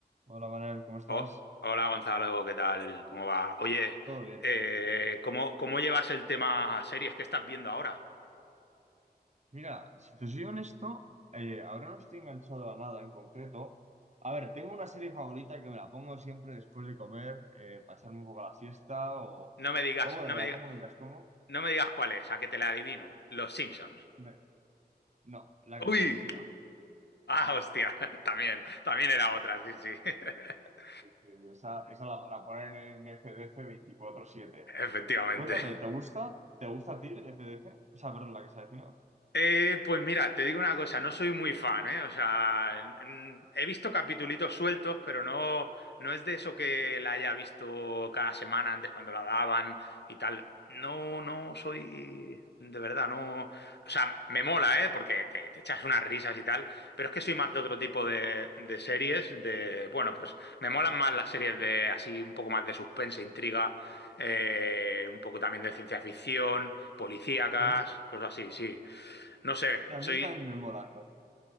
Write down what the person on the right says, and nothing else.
Hola Manuel, ¿cómo estás?
Todo bien.
Mira, si te soy honesto, eh, ahora no estoy enganchado a nada en concreto. A ver, tengo una serie favorita que me la pongo siempre después de comer, eh, para echarme un poco la siesta o,
o bueno,
me
la
pongo mientras como.
Me- No, la que
se avecina.
Sí, sí, sí, Esa, esa la, la ponen en FDF 24/7.
Cuéntame, ¿te gusta? ¿Te gusta a ti FDF? O sea, perdón, la que se avecina.
Sí.
Que a
mí esa también me mola, ¿no?